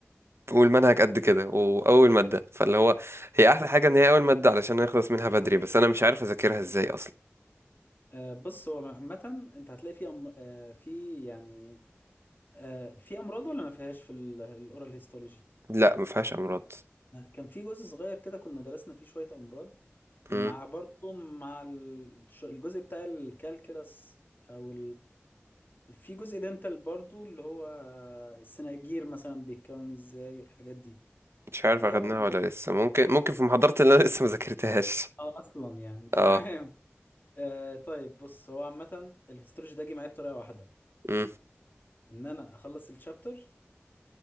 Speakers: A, on the right; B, on the left.
A: والمنهج قد كده واول مادة فاللي هو هي احلى حاجة ان هي اول مادة علشان نخلص منها بدري بس انا مش عارف اذاكرها ازاي اصلا
B: آه بص هو عامة انت هتلاقي في أم... آه في يعني آه في امراض ولا ما فيهاش في الاورال هيستولوجي
A: لا ما فيهاش امراض
B: كان في جزء صغير كده كنا درسنا فيه شوية امراض مع
A: مم.
B: برضه مع الش- الجزء بتاع الكالكلس او في جزء دنتال برضو اللي هو السناجير مثلا بيتكون ازاي الحاجات دي
A: مش
B: خدتها
A: عارف اخدناها
B: ولا-
A: ولا لسه ممكن ممكن في محاضرات اللي انا لسه ما ذاكرتهاش
B: اه اصلا يعني <laughs> تمام
A: اه
B: آه طيب بص هو عامة الهيستولوجي ده جه معايا بطريقة واحدة
A: مم.
B: ان انا اخلص الشابتر